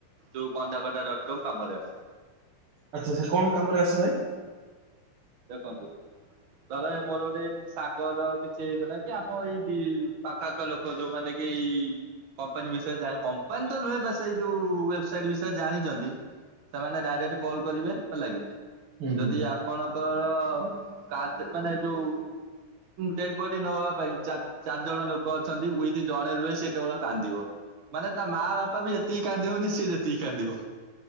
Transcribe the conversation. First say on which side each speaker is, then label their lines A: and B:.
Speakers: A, on the right (about 75°); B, on the right (about 55°).
A: ଯୋଉ କନ୍ଦାକଟା ଡ଼ଟ୍ କମ୍ କାମରେ ଆସେ।
B: ଆଚ୍ଛା ସେ କଣକାମରେ ଆସେଭାଇ।
A: ଦେଖନ୍ତୁ ଧର ଏ ମୋର ଗୋଟେ ସାଙ୍ଗର କିଛି ହେଇଗଲା କି ଆମ ଏଇ ପାଖଆଖ ଲୋକ ଯୋଉମାନେ କି କପାନୀ ବିଷୟରେ ଜା--କମ୍ପାନୀ ତ ନୁହେଁ ବା ସେଇଯୋଉ ୱେବସାଇଟ୍ ବିଷୟରେ ଜାଣି ଯଦି, ସେମାନେ ଡାଇରେକ୍ଟ କଲ କରିବେ ହେଲାକି
B: ହୁଁ
A: ଯଦି
B: ହୁଁ
A: ଆପଣଙ୍କର କା ମାନେଯୋଉ ଡେଡବଡି ନବାପାଇଁ ଚା ଚାରି ଜଣ ଲୋକ ଅଛନ୍ତି ଉଇଥି ଜଣେ ରୁହେ ସେ କେବଳକାନ୍ଦିବ, ମାନେ ତା ମା ବାପା ବି ଏତିକି କାନ୍ଦିବନି ସିଏ ଯେତିକି କାନ୍ଦିବ।